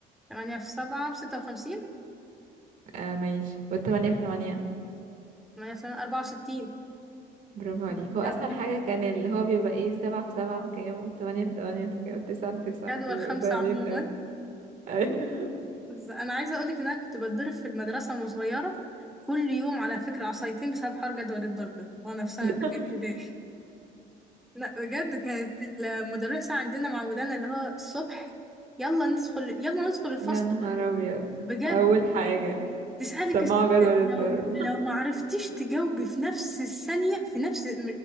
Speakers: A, in the centre; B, on the right.
A: 8 في 7 ب 56
B: آه ماشي والتمانية في تمانية
A: 8 في 8 64
B: برافو عليك
A: لا
B: هو أسهل حاجة كان اللي هو بيبقى ايه سبعة في سبعة بكام والتمانية في تمانية بكام والتسعة في تسعة
A: جدول
B: دول بيبقوا
A: خمسة
B: سهلين
A: عموما
B: أيوة.
A: بس انا عايزة اقولك ان انا كنت بتضرب في المدرسة وانا صغيرة كل يوم على فكرة عصايتين بسبب حوار جدول الضرب ده، وانا في سنة
B: <laughs>
A: تانية ابتدائي لا بجد كانت المدرسة عندنا معودانا اللي هو الصبح يلا ندخل يلا ندخل الفصل
B: يا نهار ابيض
A: بجد
B: اول حاجة
A: تسألك
B: سمعوا
A: السؤال
B: جدول الضرب
A: لو لو ما عرفتيش تجاوبي في نفس الثانية في نفس م-